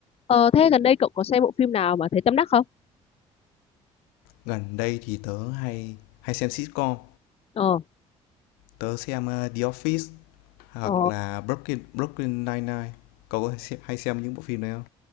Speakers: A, on the left; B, on the left.
A: Ờ, thế gần đây cậu có xem bộ phim nào mà thấy tâm đắc không?
B: gần đây thì tớ hay hay xem sitcom
A: Ờ,
B: tớ xem ờ, The Office hoặc
A: ờ,
B: là Brooklyn Brooklyn Nine Nine cậu có xem- hay xem những bộ phim đấy không